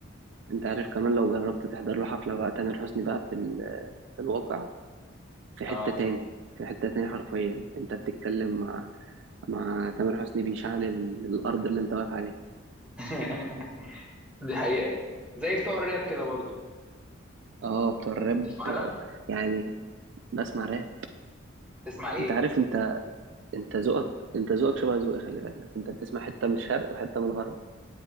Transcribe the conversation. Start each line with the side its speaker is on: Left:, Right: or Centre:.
Right: انت عارف كمان لو جربت تحضر له حفلة بقى تامر حسني بقى في ال- في الواقع في حتة
Centre: اه
Right: تاني في حتة تاني حرفيا انت بتتكلم مع مع تامر حسني بيشعل ال- الأرض اللي انت واقف عليها
Centre: <laughs> دي حقيقه زي بتوع الراب كده برضه
Right: اه بتوع الراب
Centre: تسمع
Right: آه،
Centre: راب
Right: يعني بسمع راب
Centre: تسمع ايه
Right: انت عارف انت انت ذوقك انت ذوقك شبه ذوقي خلي بالك انت بتسمع حتة من الشرق وحتة من الغرب